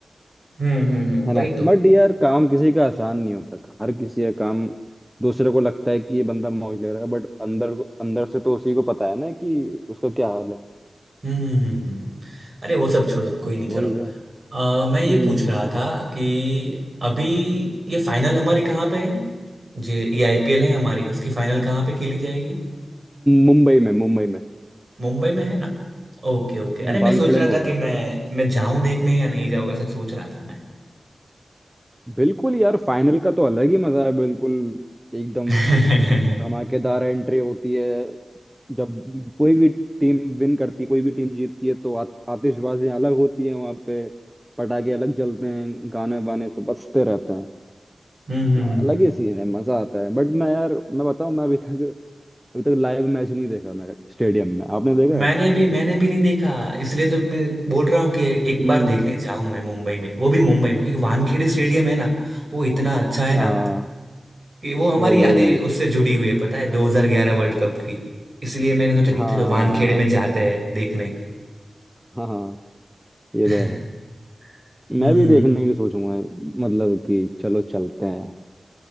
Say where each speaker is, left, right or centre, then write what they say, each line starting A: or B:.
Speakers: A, on the right; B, in the centre.
A: हम्म हम्म हम्म,
B: है
A: वही
B: ना
A: तो
B: बट यार काम किसी का आसान नहीं होता हर किसी का काम दूसरे को लगता है कि ये बंदा मौज ले रहा है बट अंदर अंदर से तो उसी को पता है ना कि उसका क्या हाल है
A: हम्म हम्म, हम्म। अरे वो सब छोड़ो कोई नहीं चलो
B: वही है
A: अ,
B: हम्म
A: मैं ये पूछ रहा
B: बताओ
A: था कि अभी ये फाइनल हमारी कहाँ पे है जे ये आईपीएल है हमारी उसकी फाइनल कहाँ पे खेली जाएगी
B: मुंबई में मुंबई में
A: मुंबई में है ना Okay okay अरे मैं
B: भांखड़े
A: सोच रहा
B: में
A: था
B: होगा
A: कि
B: शायद
A: मैं मैं जाऊं देखने या नहीं जाऊं ऐसा सोच रहा था मैं
B: बिल्कुल यार फाइनल का तो अलग ही मजा है बिल्कुल एकदम
A: <laughs>
B: धमाकेदार
A: हम्म
B: एंट्री होती है जब कोई भी टीम विन करती है कोई भी टीम जीतती है तो आत, आतिशबाजी अलग होती है वहां पे पटाखे अलग जलते हैं गाने वाने तो बजते रहते हैं
A: हम्म हम्म,
B: अलग
A: हम्म।
B: ही सीन है मजा आता है बट मैं यार मैं बताऊं मैं अभी तक अभी तक लाइव मैच नहीं देखा मैं स्टेडियम में आपने देखा
A: मैंने
B: है
A: भी मैंने भी नहीं देखा इसलिए तो मैं बोल रहा हूँ कि एक
B: हम्म
A: बार देखने जाऊं मैं मुंबई में वो भी मुंबई में क्योंकि वानखेड़े स्टेडियम है ना वो इतना अच्छा है
B: हाँ
A: ना कि वो हमारी
B: वही
A: यादें
B: वही
A: उससे जुड़ी हुई है पता है 2011 वर्ल्ड कप की इसलिए मैंने सोचा कि
B: हाँ
A: चलो वानखेड़े में जाते हैं देखने
B: हाँ हाँ, ये
A: <laughs>
B: तो है
A: हम्म
B: मैं भी देखने की सोचूंगा मतलब कि चलो चलते हैं